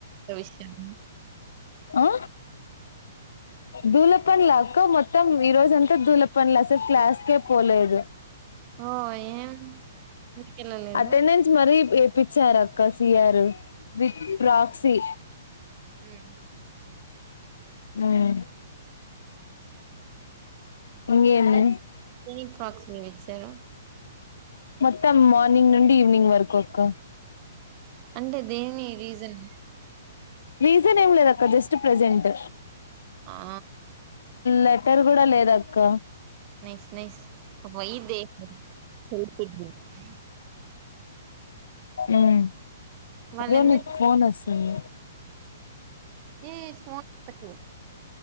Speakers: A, on the right; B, on the left.
A: విషయము
B: ఆ దూలపనులా అక్క మొ త్తం ఈ రోజంతా దూల పనులే అసలు క్లాస్కే పోలేదు
A: ఓ ఏం ఎందుకెళ్ళలేదు
B: అటెండెన్స్ మరి వేపి పిచ్చారు అక్క సిఆర్ విత్ ప్ర్రాక్సీ
A: ఉహూ
B: ఉమ్ ఇంగేమి
A: ఏ దేనికి ప్రాక్సీ ఇచ్చారు
B: మొత్తం మార్నింగ్ నుండి ఈవినింగ్ వరకు అక్క
A: అంటే దేని రీజన్
B: రీసన్ ఏం లేదు అక్క జస్ట్ ప్రెసెంట్
A: ఆ
B: లెటర్ కూడా లేదక్క
A: నైస్ నైస్ వై దే <unintelligible>
B: ఉమ్
A: వాళ్ళు
B: ఇగో
A: ఎందుకు
B: నీకు ఫోన్ వస్తుంది
A: ఏ ఫోన్ ఎత్తుకు